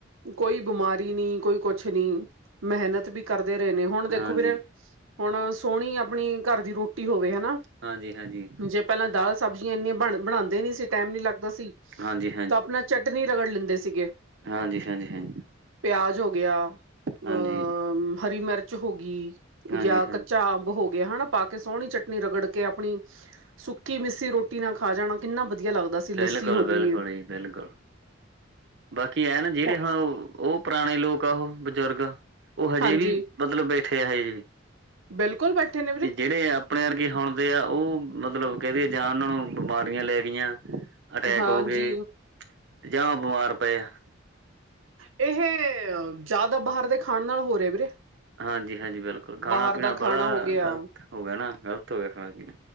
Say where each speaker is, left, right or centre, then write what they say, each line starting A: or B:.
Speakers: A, on the right; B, on the right.
A: ਕੋਈ ਬਿਮਾਰੀ ਨੀ ਕੋਈ ਕੁਛ ਨਈ ਮਿਹਨਤ ਵੀ ਕਰਦੇ ਰਹੇ ਨੇ ਹੁਣ ਦੇਖੋ
B: ਹਾਂਜੀ,
A: ਵੀਰੇ ਹੁਣ ਸੋਹਣੀ ਆਪਣੀ ਘਰ ਦੀ ਰੋਟੀ ਹੋਵੇ ਹਨਾ
B: ਹਾਂਜੀ ਹਾਂਜੀ
A: ਜੇ ਪਹਿਲਾਂ ਦਾਲ ਸਬਜ਼ੀਆਂ ਇੰਨੀਆਂ ਬਣ ਬਣਾਂਦੇ ਨਈ ਸੀ। ਟਾਈਮ ਨੀ ਲੱਗਦਾ ਸੀ
B: ਹਾਂਜੀ, ਹਾਂਜੀ।
A: ਤਾਂ ਆਪਣਾ ਚਟ ਚਟਨੀ ਰਗੜ ਲੈਂਦੇ ਸੀਗੇ।
B: ਹਾਂਜੀ ਹਾਂਜੀ ਹਾਂਜੀ
A: ਪਿਆਜ ਹੋ ਗਿਆ
B: ਹਾਂਜੀ,
A: ਹੂੰ ਹਰੀ ਮਿਰਚ ਹੋ ਗਈ
B: ਹਾਂਜੀ,
A: ਗਿਆ
B: ਹਾਂਜੀ
A: ਕੱਚਾ ਅੰਬ ਹੋ ਗਿਆ ਹਨਾ ਪਾ ਕੇ ਸੋਹਣੀ ਚਟਨੀ ਰਗੜ ਕੇ ਆਪਣੀ ਸੁੱਕੀ ਮਿੱਸੀ ਰੋਟੀ ਨਾਲ ਖਾ ਜਾਣਾ ਕਿੰਨਾ ਵਧੀਆ ਲੱਗਦਾ ਸੀ। ਲੱਸੀ
B: ਬਿਲਕੁਲ
A: ਹੋ ਗਈ
B: ਬਿਲਕੁਲ ਜੀ ਬਿਲਕੁਲ, ਬਾਕੀ ਐ ਨਾ ਜਿਹੜੇ
A: ਉਹ
B: ਹੁਣ ਉਹ ਪੁਰਾਣੇ ਲੋਕ ਆ ਉਹ ਬਜ਼ੁਰਗ ਉਹ ਹਜੇ
A: ਹਾਂਜੀ,
B: ਵੀ ਮਤਲਬ ਬੈਠੇ ਆ ਹਜੇ ਵੀ
A: ਬਿਲਕੁਲ ਬੈਠੇ ਨੇ ਵੀਰੇ
B: ਤੇ ਜਿਹੜੇ ਆਪ ਆਪਣੇ ਅਰਗੇ ਹੁਣਦੇ ਆ ਉਹ ਮਤਲਬ ਕਹਿਦੇ ਏ ਜਾਣ ਬਿਮਾਰੀਆਂ ਲੈ ਗਈਆਂ। ਅਟੈਕ
A: ਹਾਂਜੀ
B: ਹੋ ਗਏ ਤੇ ਜਾਂ ਬਿਮਾਰ ਪਏ ਆ।
A: ਇਹ ਜ਼ਿਆਦਾ ਬਾਹਰ ਦੇ ਖਾਣ ਨਾਲ ਹੋ ਰਹੇ ਵੀਰੇ
B: ਹਾਂਜੀ ਹਾਂਜੀ ਬਿਲਕੁਲ ਖਾਣਾ
A: ਬਾਹਰ
B: ਪੀਣਾ
A: ਦਾ ਖਾਣਾ
B: ਬੜਾ
A: ਹੋ ਗਿਆ
B: ਗ਼ਲਤ ਹੋ ਗਿਆ ਨਾ ਗ਼ਲਤ ਹੋ ਗਿਆ ਖਾਣਾ ਪੀਣਾ